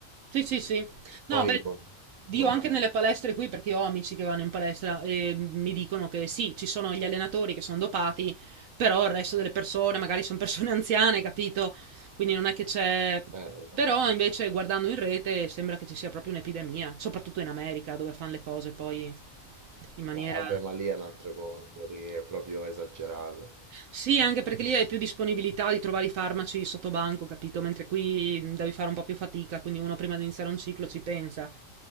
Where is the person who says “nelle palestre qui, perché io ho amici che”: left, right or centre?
Right